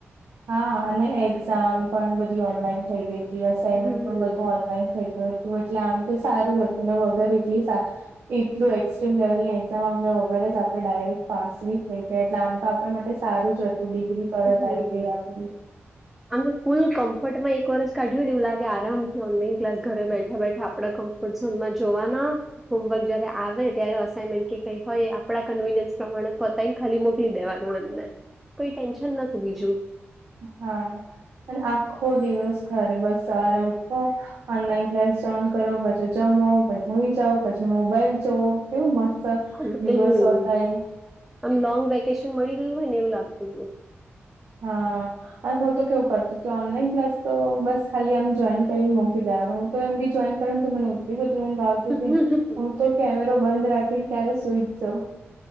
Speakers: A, on the right; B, in the centre.
A: હા અને એક્ઝામ પણ બધી ઓનલાઈન થઈ ગઈ હતી અસાાઈનમેન્ટ
B: હમ.
A: પણ બધું ઓનલાઈન થઈ- ગયું હતું એટલે આમ તો સારું હતું ને વગર એટલી સારી એટલું એક્સ્ટ્રીમ લેવલની એક્ઝામ આપ્યા વગર જ આપણે ડાયરેક્ટ પાસ નહી થઈ ગયા એટલે આમ તો આપડે- એ સારું જ હતું ડિગ્રી તરત
B: હમ.
A: આવી ગઈ આપડી-
B: આમ તો ફૂલ કમ્ફર્ટ માં એક વરસ કાઢ્યું નેવ લાગે આરામથી ઓનલાઈન ક્લાસ ઘરે બેઠા બેઠા આપડા કમ ફઝોનમાં જોવાના હોમવર્ક જયારે આવે ત્યારે અસાનમેન્ટ કે કઈ હોય આપણા કન્વીનિયસ પ્રમાણે પતા તાઈ ખાલી મોકલી દેવાનું એમને કોઈ ટેન્શન નતું બીજું
A: હા અને આખો દિવસ ઘરે બસ સવારે ઉઠો ઓનલાઈન ક્લાસ જોઈન્ટ કરો પાછું જમો મુવી જાઓ પછી મોબાઈલ જોવો કેવું મસ્ત
B: એજ
A: દિવસો હતા એ
B: આમ લોંગ વેકેશન મળી ગયું હોય ને એવું લાગતું હતું
A: હા. હું તો કેવું કરતી તી ઓનલાઈન ક્લાસ તો બસ ખાલી આમ જોઈન કરીને મુકી દેવાનું તો એમ બી જોઈન કરને તો મને એટલી ઊંઘ આવતી
B: હતું.
A: હતી તીતી હું તો કેમેરો બંધ રાખીને ક્યારે સુઈચ જાઉ